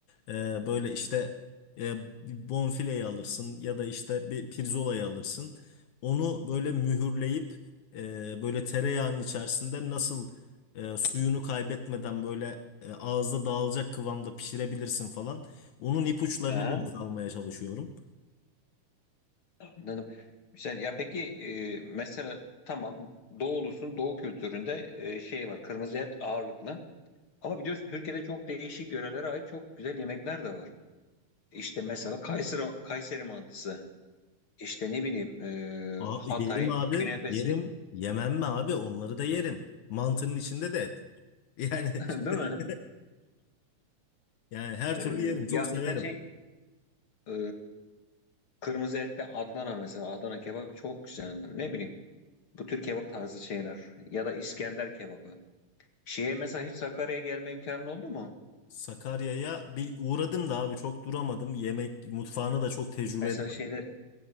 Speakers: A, on the left (about 70°); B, on the left (about 45°).
A: Ee, böyle işte e, bir bonfileyi alırsın ya da işte bir pirzolayı alırsın. Onu böyle mühürleyip e, böyle tereyağının içerisinde nasıl e, suyunu kaybetmeden böyle e, ağızda dağılacak kıvamda pişirebilirsin falan. Onun ipuçlarını
B: Aha,
A: biraz almaya çalışıyorum.
B: anladım. Güzel. Ya peki e, mesela tamam doğulusun, doğu kültüründe e, şey var, kırmızı et ağırlıklı. Ama biliyorsun Türkiye'de çok değişik yörelere ait çok güzel yemekler de var. İşte mesela Kayseri, Kayseri mantısı. İşte ne bileyim e,
A: Aa,
B: Hatay'ın
A: yerim abi.
B: künefesi.
A: Yerim. Yemem mi abi? Onları da yerim. Mantının içinde de et. var. Yani
B: <laughs>
A: <laughs> şimdi,
B: Değil mi?
A: yani her
B: E,
A: türlü yerim. Çok
B: ya
A: severim.
B: mesela şey e, Kırmızı ette Adana mesela. Adana kebap çok güzeldir. Ne bileyim. Bu tür kebap tarzı şeyler. Ya da İskender kebabı. Şeye mesela hiç Sakarya'ya gelme imkanın oldu mu?
A: Sakarya'ya bir uğradım da abi çok duramadım. Yemek mutfağını da çok tecrübe
B: Mesela
A: edemedim.
B: şeyde